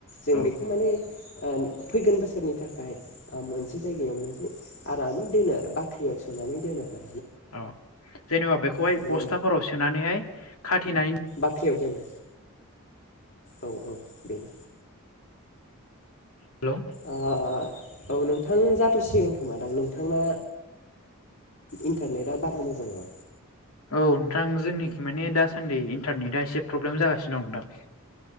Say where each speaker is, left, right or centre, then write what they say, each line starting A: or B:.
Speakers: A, on the left; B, on the left.
A: जों
B: औ
A: बेखौ माने ओ फैगोन बोसोरनि थाखाय मोनसे जायगायाव मोनसे आरामै दोनो आरो बाख्रियाव सोनानै दोनो आरो।
B: अ जेनेबा बेखौहाय
A: माने
B: बस्थाफोराव सोनानैहाय खाथेनानै
A: फ्रियाव दोनो औ-औ बेनो
B: हेलै
A: ओ औ नोंथां जाथ'सिगोन खोमा दा नोंथांना? इन्टारनेटआ बारा मोजां नङा
B: औ नोंथां जोंनिखि माने दासान्दि इन्टारनेटआ एसे प्रब्लेम जागासिनो दं नोंथां